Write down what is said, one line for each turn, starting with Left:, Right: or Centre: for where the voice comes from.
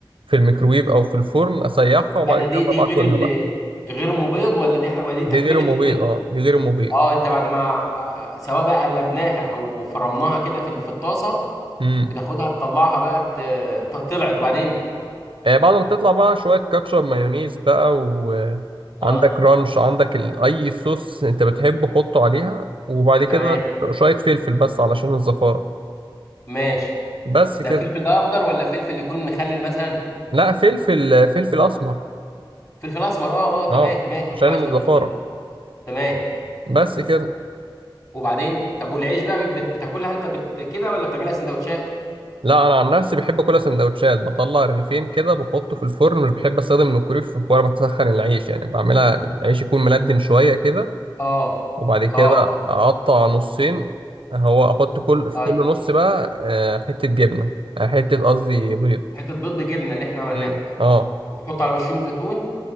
Right: في الميكرويف او في الفرن اسيحها
Left: لا
Right: وبعد
Left: ده
Right: كده
Left: دي دي
Right: اطلع
Left: غير
Right: اكلها
Left: ال
Right: بقى
Left: غير ام بيض ولا دي حاجه دي تكمله
Right: دي غير المبيض
Left: البيض
Right: اه دي غير المبيض
Left: اه انت بعد ما آه، آه، سواء بقى قلبناها او فرمناها كده في ال- في الطاسه
Right: امم
Left: بتاخدها تطلعها بقى ت- ت- طلعت وبعدين
Right: آه بعد ما تطلع بقى شويه كاتشب مايونيز بقى وعندك
Left: اه
Right: رانش عندك ال... اي صوص انت بتحبه حطه عليها وبعد كده
Left: تمام
Right: شويه فلفل بس علشان الزفاره
Left: ماشي
Right: بس
Left: ده
Right: كده
Left: فلفل ده اخضر ولا فلفل يكون مخلل مثلا
Right: لا فلفل فلفل اسمر
Left: فلفل اسمر اه اه تمام
Right: اه
Left: ماشي
Right: عشان
Left: كويس
Right: الزفاره
Left: انك قلت لي تمام
Right: بس كده
Left: وبعدين طب والعيش بقى بت- بتاكلها انت بت كده ولا بتعملها سندوتشات
Right: لا انا عن نفسي بحب كل سندوتشات بطلع رغيفين كده بحطه في الفرن مش بحب استخدم الكوريف وانا بسخن العيش يعني بعملها العيش يكون ملدن شويه كده
Left: اه
Right: وبعد كده
Left: اه
Right: اه اقطع نصين هو احط كل في
Left: اي
Right: كل نص بقى آه، حته جبنه آه، حته قصدي بيض
Left: حته بيض بجبنه اللي احنا عملناها
Right: امم اه
Left: وتحط على وشهم زيتون